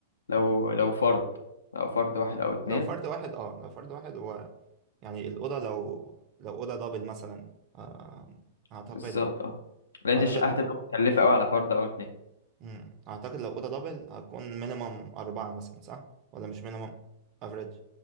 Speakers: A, on the left; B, on the right.
A: لو لو فرد لو فرد واحد او اتنين
B: لو فرد واحد اه لو فرد واحد هو يعني الاوضه لو لو اوضه دبل مثلا آه اعتقد
A: بالظبط اه لان
B: اعتقد
A: الشقة هتبقى مكلفة قوي على فرد او اتنين
B: مم. اعتقد لو اوضه دبل هتكون مينيمم اربعه مثلا صح ولا مش مينيمم افريج